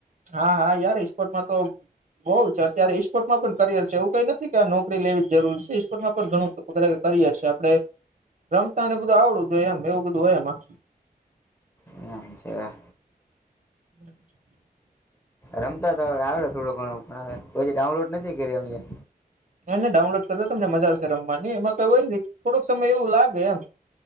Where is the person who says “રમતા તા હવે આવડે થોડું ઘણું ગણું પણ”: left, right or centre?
Left